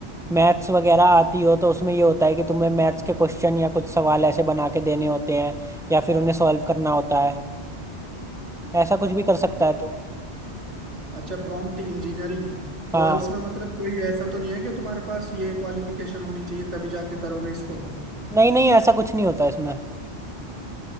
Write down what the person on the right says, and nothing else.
अच्छा प्रॉम्प्ट इंजीनियरिंग
तो इसमें मतलब कोई ऐसा तो नहीं है कि तुम्हारे पास ये क्वालिफिकेशन होनी चाहिए तभी जाके करोगे इसको